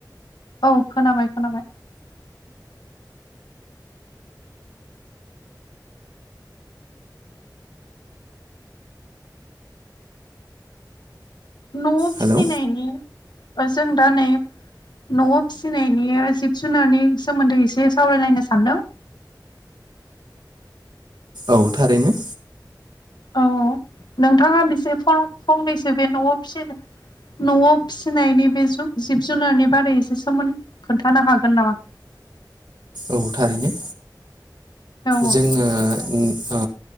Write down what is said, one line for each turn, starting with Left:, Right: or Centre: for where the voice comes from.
Left: औ खोनाबाय-खोनाबाय। न'आव फिसिनायनि
Right: हेलौ
Left: ओ जों दा नै न'आव फिसिनायनि ओ जिब जुनारनि सोमोन्दै एसे सावरायलायनो सानदों।
Right: औ थारैनो।
Left: औ-औ नोंथाङा बेसे फंनैसो बे न'आव फिसिनो न'आव फिसिनायनि बे जिब जुनारनि बारै एसे सोमोन्द खोन्थानो हागोन नामा?
Right: औ थारैनो।
Left: औ
Right: जोङो उम ओ